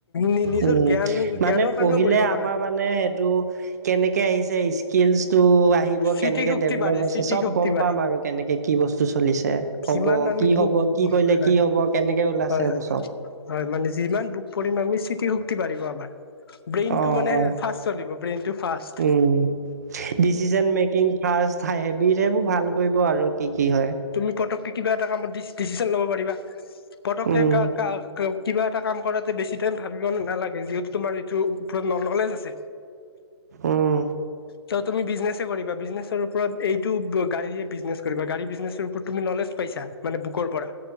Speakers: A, on the left; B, on the right.
A: নি নিজৰ
B: উম,
A: জ্ঞান
B: মানে
A: জ্ঞানৰ কাৰণেও
B: পঢ়িলে
A: পঢ়িব পাৰা
B: আমাৰ মানে সেইটো কেনেকে আহিছে। স্কিলচ টো আহিব
A: স্মৃতি
B: কেনেকে
A: শক্তি
B: ডেভলপ
A: বাঢ়ে
B: হৈছে
A: স্মৃতি
B: চব
A: শক্তি
B: গম
A: বাঢ়ে
B: পাম আৰু কেনেকে কি বস্তু চলিছ ছে হ'ব
A: যিমান আমি
B: কি
A: বুক
B: হ'ব
A: হয়,
B: কি কৰিলে কি হ'ব কেনেকে ওলাইছে সেইবোৰ
A: হয়,
B: চব
A: হয়, মানে যিমান বুক কৰিম আমি। স্মৃতি শক্তি বাঢ়িব আমাৰ ব্ৰেইনটো
B: অ
A: মানে
B: হয়
A: ফাৰ্ষ্ট চলিব ব্ৰেইনটো ফাৰ্ষ্ট
B: উম ডিচিচন মেকিং ফাৰ্ষ্ট হাই হেবিত সেবোৰ ভাল কৰিব আৰু কি কি হয়।
A: তুমি পতককে কিবা এটা কামত ডি ডিচিছন ল'ব পাৰিবা পতককে
B: উম
A: <unintelligible> কিবা এটা কাম কৰাতে বেছি টাইম ভাবিব নালাগে যিহেতু তোমাৰ এইটোৰ ওপৰত ন নলেজ আছে
B: উম
A: চ তুমি বিজনেছে কৰিবা বিজনেচ। মুঠৰ ওপৰত এইটো গাড়ীৰে বিজনেছ কৰিব গাড়ী বিজনেছ টোৰ ওপৰত তুমি নলেজ পাইছা মানে বুকৰ পৰা